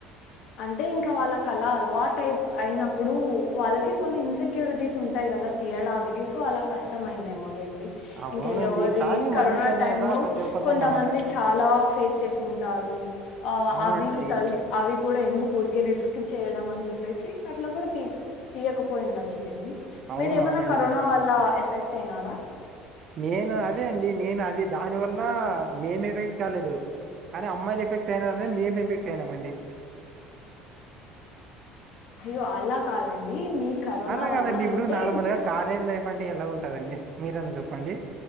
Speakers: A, on the left; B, on the right.
A: అంటే ఇంకా వాళ్ళకి అలా అలవాటయ అయినప్పుడు వాళ్ళకి కొన్ని ఇన్సెక్యూరిటీస్ ఉంటాయి కదా తీయడానికి అలా కష్టమైందేమో లేండి
B: అవునండి
A: ఇంకెవరి
B: కానీ
A: కరోనా
B: మనిషి అన్నాక
A: టైంలో
B: ప్రతి ఒక్కరితో
A: కొంతమంది
B: మాట్లా
A: చాలా ఫేస్ చేసి ఉంటారు
B: అవునండి
A: అవి త ఆ అవి ఎందుకు ఊరికే రిస్క్ చేయడం అని చెప్పేసి అట్లా కూడా తీ తీయకపోయి ఉండొచ్చు లేండి
B: అవునవునండి
A: మీరు ఏమైనా కరోనా వల్ల ఎఫెక్ టేనారా
B: నేను అదే అండి నేను అది దాని వల్ల మేమి ఎఫెక్ట్ కాలేదు కానీ అమ్మాయిలు ఎఫెక్ట్ అయినారుఅని మేము ఎఫెక్ట్ అయినాంండి
A: అయ్యో అల్ అలా కాదండి మీ కరోనా
B: అలా
A: వల్ల
B: కాదండి ఇప్పుడు
A: అంటే
B: నార్మల్ గా కాలేజ్ లైఫ్ ఎలా ఉంటదండి మీరన్న చెప్పండి